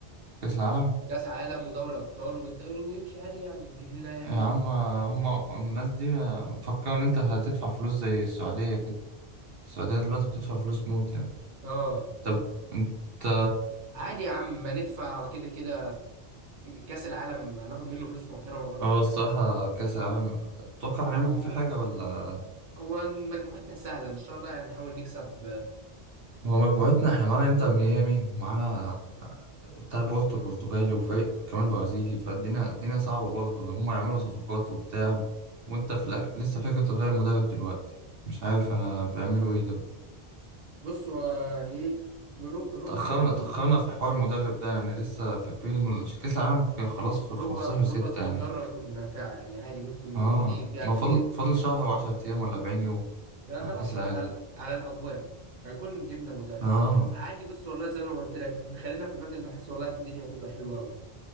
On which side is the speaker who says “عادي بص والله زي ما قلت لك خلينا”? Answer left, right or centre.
Right